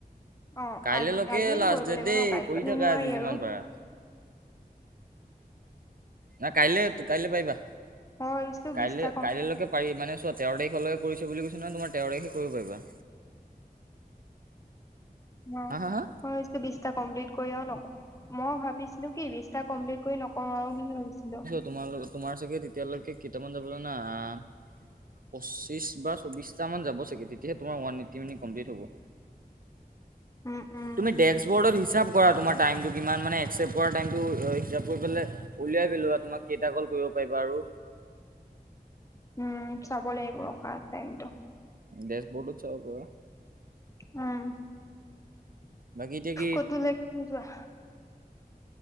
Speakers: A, on the left; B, on the right.
A: অ
B: কাইলৈকে
A: আজি আজিয়েতো
B: লাষ্ট
A: কৰিব
B: ডেট
A: লাগিব
B: দেই,
A: ন কাইলৈ
B: কৰি
A: পৰাতো
B: থাকা
A: নোৱাৰি
B: আজি যিমান
A: আৰু
B: পাৰা। নাই কাইলে, কাইলে পাৰিবা।
A: মই ভাবিছিলো
B: কাইলৈ,
A: বিশটা কমপ্লিট
B: কাইলৈকে পাৰি মানে চোৱা তেৰ তাৰিখলৈকে কৰিছে বুলি কৈছে নহয়, তোমাৰ তেৰ তাৰিখে কৰিব পাৰিবা।
A: অ'
B: হা হা হা
A: মই ভাবিছোঁ বিছটা কমপ্লিট কৰি আৰু নকৰোঁ, মই ভাবিছিলো কি বিছটা কমপ্লিট কৰি নকৰোঁ বুলি ভাবিছিলো।
B: তোমাৰ, তোমাৰ চাগে তেতিয়ালৈকে কেইটামান যাব জানা আ পঁচিছ বা চৌবিছটামান যাবা ছাগে তেতিয়া তোমাৰ ওৱান এইটটি মিনিট কমপ্লিট হ'ব।
A: উম, উম।
B: তুমি ডেছবৰ্ডত হিচাপ কৰা তোমাৰ টাইমটো কিমান মানে একচেপ্ট কৰা টাইমটো হিচাপ কৰি পেলাই উলিয়াই পেলোৱা তোমাক কেইটা কল কৰিব পাৰিবা আৰু।
A: উম, চাব লাগিব ৰখা টাইমটো।
B: ডেছবৰ্ডত চাব পাৰা।
A: উম।
B: বাকী এতিয়া কি
A: ক'তলৈ কি যোৱা